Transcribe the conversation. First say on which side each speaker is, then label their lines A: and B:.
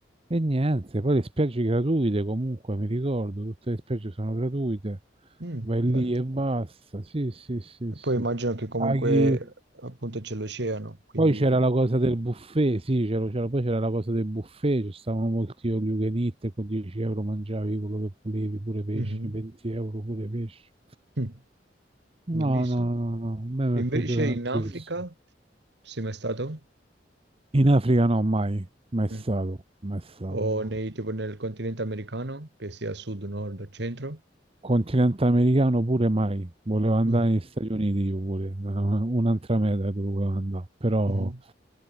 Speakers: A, on the right; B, on the right.
A: e niente, poi le spiagge gratuite comunque, mi ricordo, tutte le spiagge sono gratuite,
B: Mm,
A: vai
B: bello.
A: lì e basta, sì, sì, sì,
B: E
A: sì.
B: poi immagino che comunque
A: Paghi,
B: appunto c'è l'oceano, quindi...
A: poi c'era la cosa del buffet, sì, c'era, c'era- poi c'era la cosa del buffet, ci stavano molti all you can eat, e con 10 euro mangiavi quello che volevi, pure pesce,
B: Mhm.
A: 20 euro pure pesce.
B: Mm, bellissimo.
A: No, no, no, no, a me mi
B: Invece
A: è piaciuto tantissimo.
B: in Africa, sei mai stato?
A: In Africa no, mai, mai
B: Mm.
A: stato, mai stato,
B: o
A: no.
B: nei, tipo nel continente americano, che sia sud, nord o centro.
A: Continente americano pure mai, volevo andare
B: Mhm,
A: negli Stati Uniti io pure, era una- un'altra meta che volevo andare, però
B: mhm.